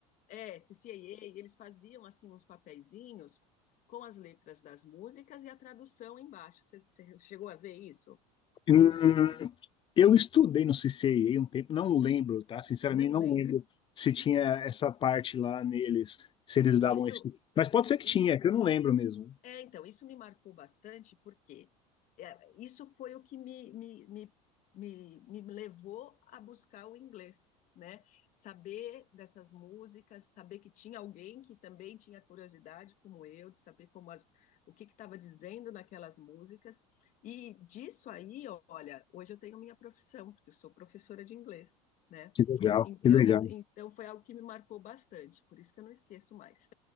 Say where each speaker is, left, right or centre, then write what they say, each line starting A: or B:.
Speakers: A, on the left; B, on the left.
A: É, CCAA, eles faziam assim uns papeizinhos com as letras das músicas e a tradução embaixo. Você, você chegou a ver isso?
B: Hum, eu estudei no CCIA um tempo, não lembro, tá? Sinceramente,
A: Não
B: não
A: lembra?
B: lembro se tinha essa parte lá neles, se eles davam
A: Isso,
B: esse. Mas pode ser que
A: isso
B: tinha, é que eu não lembro mesmo.
A: É, então, isso me marcou bastante, porque é, isso foi o que me, me, me, me, me levou a buscar o inglês, né? Saber dessas músicas, saber que tinha alguém que também tinha curiosidade, como eu, de saber como as, o que estava dizendo naquelas músicas. E disso aí, olha, hoje eu tenho minha profissão, porque eu sou professora de inglês, né?
B: Que legal,
A: Então,
B: que legal,
A: então foi algo que me marcou bastante, por isso que eu não esqueço mais.